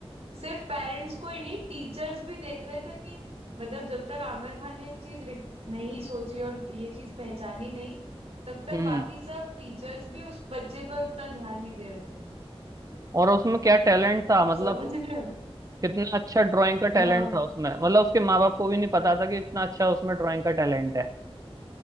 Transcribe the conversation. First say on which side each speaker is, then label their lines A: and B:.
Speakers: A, on the right; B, on the right.
A: सिर्फ पेरेंट्स को ही नहीं टीचर्स भी देख रहे थे कि मतलब जब तक आमिर खान ने ये चीज रिक- नहीं सोची और ये चीज पहचानी नहीं तब तक
B: हम्म
A: बाकी सब टीचर्स भी उस बच्चे पर उतना ध्यान नहीं दे रहे थे
B: और उसमें क्या टैलेंट था मतलब
A: समझ रहे हो
B: कितना अच्छा ड्राइंग का
A: हाँ
B: टैलेंट था उसमें मतलब उसके माँ बाप को भी नहीं पता था कि इतना अच्छा उसमें ड्राइंग का टैलेंट है